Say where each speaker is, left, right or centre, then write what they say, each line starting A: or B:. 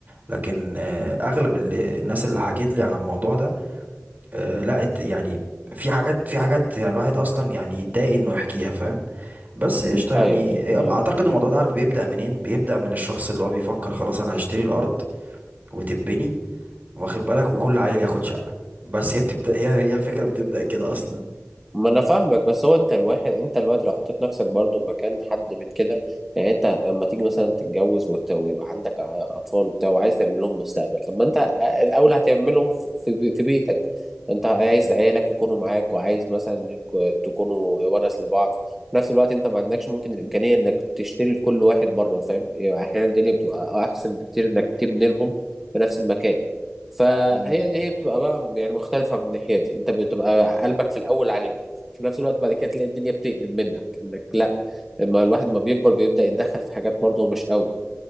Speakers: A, on the right (about 40°); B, in the centre.
A: لكن آه، أغلب ال- الناس اللي حكيت لي على الموضوع ده آه، لقت يعني في حاجات في حاجات يعني الواحد أصلا يعني يتضايق إنه يحكيها فاهم بس قشطة يعني
B: ايوه ايوه معاك
A: آه، أعتقد الموضوع ده عارف بيبدأ منين بيبدأ من الشخص اللي هو بيفكر خلاص أنا هشتري الأرض وتبني واخد بالك وكل عيل ياخد شقة بس هي بتبدأ هي هي الفكرة بتبدأ كده أصلا
B: ما انا فاهمك بس هو انت الواحد انت دلوقتي لو حطيت نفسك برضو مكان حد من كده يعني انت لما تيجي مثلا تتجوز وت- ويبقى عندك ع- اطفال وبتاع وعايز تعمل لهم مستقبل طب ما انت الاول هتعملهم ف- في بي- في بيتك انت عايز
A: مم.
B: عيالك يكونوا معاك وعايز مثلا انك تكونوا ونس لبعض في نفس الوقت انت ما عندكش ممكن الامكانيه انك تشتري لكل واحد بره فاهم يعني احيانا الدنيا بتبقى احسن بكتير انك تبني لهم في نفس المكان فهي
A: مم.
B: دي هي بتبقى بقى يعني مختلفة من ناحيتي انت بتبقى قلبك في الاول عليهم في نفس الوقت بعد كده تلاقي الدنيا بتقلب منك انك لا لما الواحد ما بيكبر بيبدأ يتدخل في حاجات برضه مش قوي